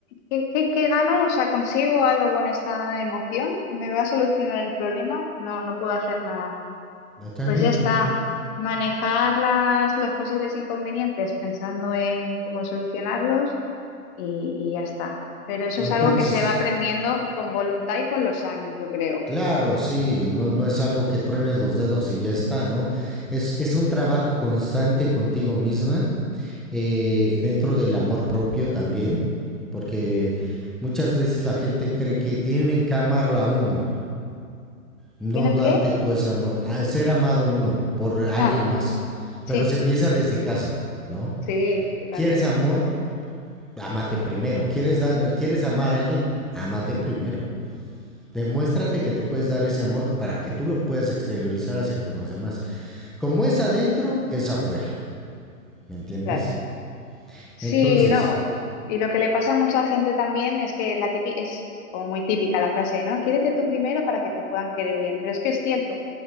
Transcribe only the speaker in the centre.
Totalmente.
Entonces,
claro, sí, no, no es algo que truenes los dedos y ya está, ¿no? Es, es un trabajo constante contigo misma eh, dentro del amor propio también, porque muchas veces la gente cree que tienen que amarla a uno, no
darte
tú ese amor, al ser amado uno por alguien
más, pero
se empieza desde casa, ¿no?
¿Quieres amor? ámate primero. ¿Quieres, dar, ¿Quieres amar a alguien? ámate primero. Demuéstrate que te puedes dar ese amor para que tú lo puedas exteriorizar hacia con los demás. Como es adentro, es afuera. ¿Me entiendes?
Entonces,